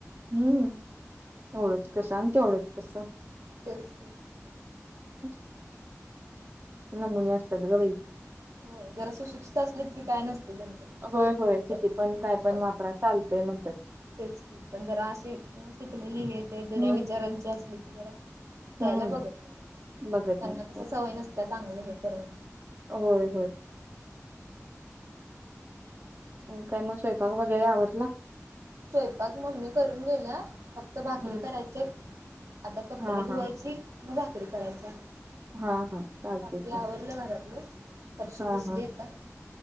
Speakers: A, on the right (about 45°); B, on the right (about 75°).
A: हम एवढच कस आणि ते एवढंच कसं
B: तेच की
A: <inaudible> नमुने असतात ग बई
B: होय जरा सुशिक्षित असलीत की काय नसतय त्यांचं म्हणजे समजून
A: होय होय.
B: घेतात
A: किती काय
B: पण
A: वापरा चालतय म्हणतात.
B: तेच की पण जरा अशी न शिकलेली हे ते जुन्या
A: हम्म.
B: विचारांची असलीत की जरा द्यायला
A: हम्म
B: बघत नाहीत
A: बघत
B: त्यांना
A: नाही
B: कसं
A: तर.
B: सवय नसत्या चांगलं हे करून
A: होय होय आणि काय म स्वयंपाक वगैरे आवरलं
B: स्वयंपाक मम्मी करून गेल्या. फक्त भाकरी
A: हम्म
B: करायचेयत. आता कपडे
A: हा
B: धुवायची
A: हा.
B: म भाक. री करायच्या.
A: हा हा चालतय
B: बाकी
A: की
B: आवरलं घरातलं फरशी
A: हा
B: पुसली
A: हा
B: आता